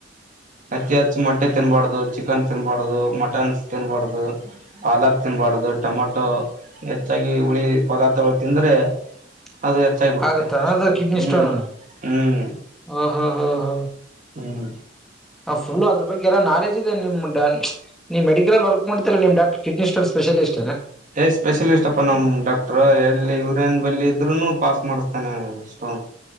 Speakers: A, on the right (about 45°); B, in the centre.
A: ಅತಿ ಹೆಚ್ಚು ಮೊಟ್ಟೆ ತಿನ್ಬಾರ್ದ ಚಿಕನ್ ತಿನ್ಬಾರ್ದದು ಮಟನ್ ತಿನ್ಬಾರ್ದು ಹಲಾದ್ ತಿನ್ಬಾರ್ದು ಬಾರ್ದು ಟೊಮೆಟೊ ಹೆಚ್ಚಾಗಿ ಹುಳಿ ಪದಾರ್ಥಗಳು ತಿಂದ್ರೆ
B: <inaudible>
A: ಅದು ಹೆಚ್ಚಾಗಿ ಬಿಡುತ್ತೆ
B: ಆಗತ್ತಾನ ಅದ ಕಿಡ್ನಿ
A: ಹ್ಮ್
B: ಸ್ಟೋನ್
A: ಹ್ಮ್
B: ಹ ಹ ಹ ಹ
A: ಹ್ಮ್
B: ಹ ಫುಲ್ ಅ್ರ ಬಗ್ಗೆಲ್ಲ ನಾಲೇಜ್ ಇದೆ ನಿಮ ನೀವು ಮೆಡಿಕಲ್ಲ್ಲಿ ವರ್ಕ್ ಮಾಡ್ತಲ್ಲ ನಿಮ ಡಾಕ್ಟರ್ ಕಿಡ್ನಿಷ್ಟೊನ್ ಸ್ಪೆಷಲಿಸ್ಟ್
A: ಏ ಸ್ಪೆಷಲಿಸ್ಟ್ ಅಪ್ಪ ನಮ್ ಡಾಟ್ರ ಎಲ್ಲಿ ಇ ಟ್ರೈನ್ ಬಲ್ಲಿ ಇದ್ರು ಪಾಸ್ ಮಾಡಿಸ್ತಾನೆ ಅಷ್ಟೋ